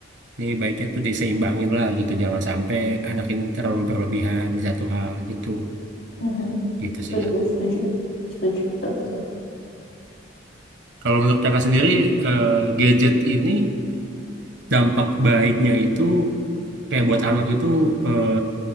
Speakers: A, on the right (about 65°); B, on the left (about 75°).
A: ini baiknya tuh diseimbangin lah gitu jangan sampai anak ini terlalu berlebihan di satu hal gitu
B: Mhm.
A: gitu sih
B: Setuju,
A: Kak.
B: setuju, setuju, betul-betul.
A: Kalau menurut kakak sendiri eh, gadget ini dampak baiknya itu kayak buat anak itu eh,